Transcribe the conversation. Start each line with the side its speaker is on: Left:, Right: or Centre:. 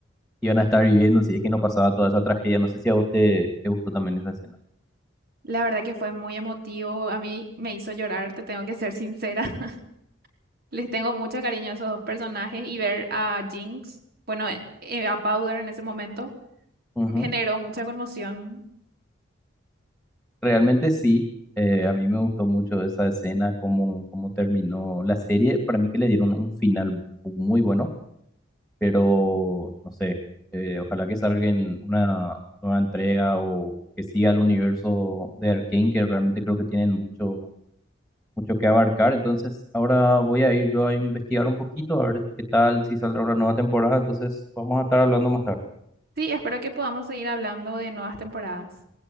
Centre: iban a estar viviendo si es que no pasaba toda esa tragedia. No sé si a usted te gustó también esa escena.
Right: La verdad que fue muy emotivo, a mí me hizo llorar, te tengo que ser sincera. <laughs> Les tengo mucho cariño a esos dos personajes y ver a Jinx, bueno, eh, eh, a Powder en ese momento,
Centre: Ujú.
Right: me generó mucha conmoción.
Centre: Realmente sí, eh, a mí me gustó mucho esa escena, cómo, cómo terminó la serie. Para mí que le dieron un final muy bueno, pero no sé, eh, ojalá que salga en una nueva entrega o que siga el universo de Arkane, que realmente creo que tienen mucho mucho que abarcar. Entonces, ahora voy a ir yo a investigar un poquito, a ver qué tal, si saldrá una nueva temporada. Entonces, vamos a estar hablando más tarde.
Right: Sí, espero que podamos seguir hablando de nuevas temporadas.